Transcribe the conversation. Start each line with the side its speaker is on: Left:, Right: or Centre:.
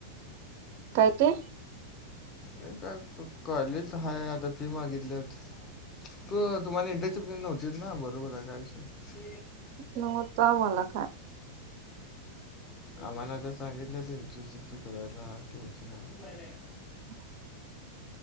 Right: कायं ते.
Left: नाहीं कायं कॉलेच हांय आंता फी मागितंली होती. तूं तुम्हांला इंटरचप नव्हतीच नां बरोबर आहे कायं.
Right: नव्हतं आं मलां कायं.
Left: आम्हांने आंता सांगितलं इंटरशिप करांयला टेन्शन आहे.
Right: हं.